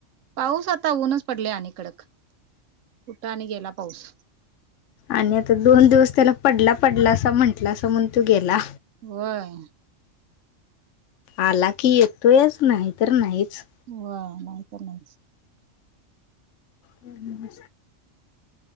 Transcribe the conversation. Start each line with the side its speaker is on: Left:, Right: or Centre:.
Right: पाऊस आता उनच पडले आणि कडक कुठ आणि गेला पाऊस.
Left: आणि आता दोन दिवस त्याला पडला पडला असा म्हण्टलासा म्हणून तो गेला.
Right: व्हय.
Left: आला की येतोयच नाही तर नाहीच.
Right: व्हय नाही तर नाहीच.
Left: हम्म!